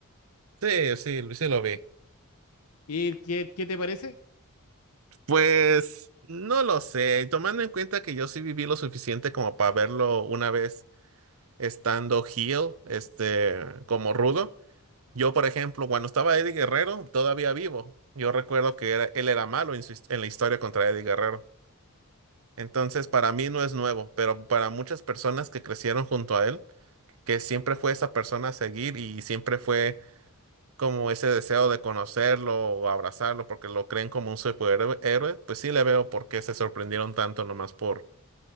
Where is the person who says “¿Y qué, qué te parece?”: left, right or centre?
Left